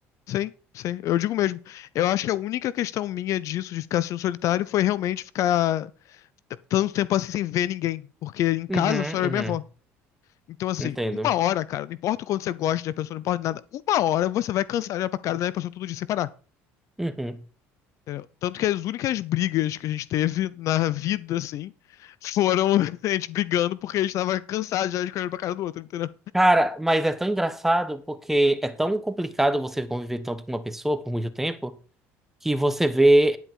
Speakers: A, on the left; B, in the centre.
A: sim, sim. Eu digo mesmo. Eu acho que a única questão minha disso, de ficar sentindo solitário, foi realmente ficar tanto tempo assim sem ver ninguém. Porque em casa
B: Uhum,
A: só era
B: uhum.
A: eu e minha avó. Então, assim,
B: Entendo.
A: uma hora, cara, não importa o quanto você gosta da pessoa, não importa nada, uma hora você vai cansar de olhar pra cara da pessoa todo dia sem parar.
B: Uhum.
A: entendeu? Tanto que as únicas brigas que a gente teve na vida, assim, foram <laughs> a gente brigando porque a gente tava cansado já de olhar pra cara do outro, entendeu?
B: Cara, mas é tão engraçado porque é tão complicado você conviver tanto com uma pessoa por muito tempo que você vê